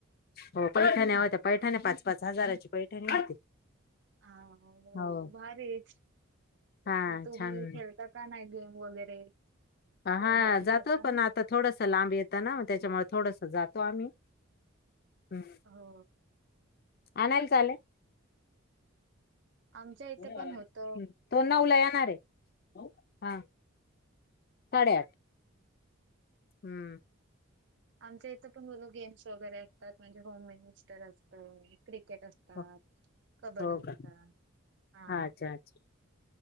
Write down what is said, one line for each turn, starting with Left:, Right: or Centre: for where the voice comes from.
Left: हो पैठाण्या होत्या पैठाणी पाच पाच हजाराची पैठणी होती
Right: हा म
Left: हो
Right: भारीच
Left: हा
Right: मग तुम्ही
Left: छान
Right: खेळता का नाही गेम वगैरे सहभागी
Left: हा जातो
Right: होता
Left: पण
Right: ना
Left: आता थोडस लांब येतं ना म त्याच्यामुळे थोडस जातो आम्ही हम्म.
Right: हो
Left: आणायला चाले
Right: आमच्या
Left: ्
Right: इथे पण होत
Left: तो ना उला येणार आहे हा साडेआठ हम्म
Right: आमच्या इथे पण बोल गेम्स वगैरे असतात म्हणजे होम मिनिस्टर असतं क्रिकेट असतात
Left: हो
Right: कबड्डी
Left: हो
Right: असतात
Left: का
Right: हा
Left: अच्छा अच्छा